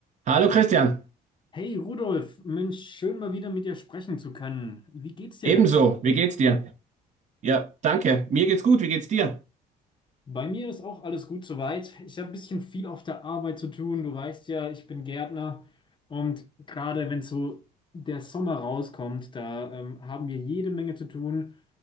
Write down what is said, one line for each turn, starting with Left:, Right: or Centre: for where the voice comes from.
Right: Hallo Christian,
Left: Hey Rudolf, Mensch, schön mal wieder mit dir sprechen zu können. Wie geht's dir
Right: ebenso,
Left: denn?
Right: wie geht's dir? Ja, danke, mir geht's gut, wie geht's dir?
Left: Bei mir ist auch alles gut soweit. Ich habe ein bisschen viel auf der Arbeit zu tun. Du weißt ja, ich bin Gärtner und gerade wenn so der Sommer rauskommt, da ähm, haben wir jede Menge zu tun.